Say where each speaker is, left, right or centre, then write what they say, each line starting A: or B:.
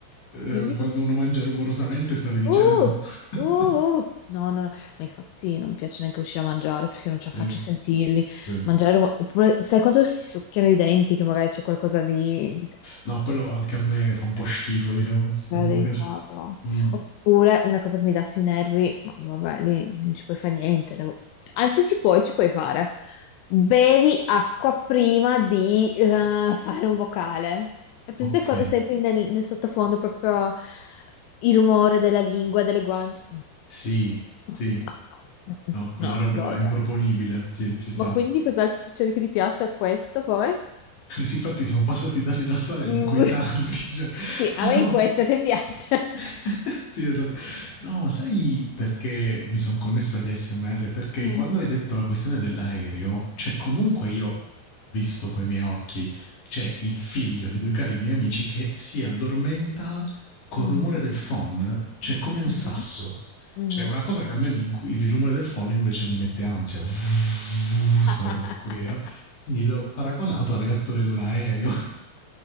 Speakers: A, on the left; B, on the left.
A: ehm,
B: dimmi.
A: quando uno mangia rumorosamente stavi dicendo?
B: Uh,
A: <laughs>
B: uh, uh. No, no, no, ma infatti non mi piace neanche uscire a mangiare perché non ce la
A: Sì,
B: faccio a sentirli.
A: sì.
B: Mangiare, oppure sai quando si succhiano i denti che magari c'è qualcosa di...
A: No, quello anche a me fa un po' schifo, diciamo,
B: Però
A: non mi
B: devi
A: piace.
B: farlo.
A: Mh,
B: Oppure una cosa che mi dà sui nervi, ma vabbè, lì non ci puoi fare niente. devo- Anzi, ci puoi, ci puoi fare. Bevi acqua prima di eh, fare un vocale. È presente
A: okay.
B: quando senti nel, nel sottofondo proprio il rumore della lingua, delle guance?
A: Sì, sì,
B: No, no, no,
A: no, quella
B: no,
A: roba
B: lo odio.
A: è improponibile, sì, ci sta.
B: Ma quindi cos'altro cerchi che ti piace a questo poi?
A: <laughs> Infatti siamo passati da rilassare
B: Mm.
A: all'inquietanti.
B: <laughs>
A: <laughs> Cioè,
B: Sì,
A: ah
B: a me
A: no.
B: in questo ti piace.
A: <laughs> sì, esatto. No, ma sai perché mi sono connesso agli SMR? Perché
B: Mm.
A: quando hai detto la questione dell'aereo, cioè comunque io, visto coi miei occhi, c'è il figlio di due cari miei amici che si addormenta col
B: Mhm,
A: rumore del phon, cioè come un
B: mhm.
A: sasso.
B: Mhm.
A: Cioè una cosa che a me mi inqui- il rumore del phon invece mi mette ansia. Sta
B: <laughs>
A: roba qui. eh. Quindi l'ho paragonato al reattore di un aereo.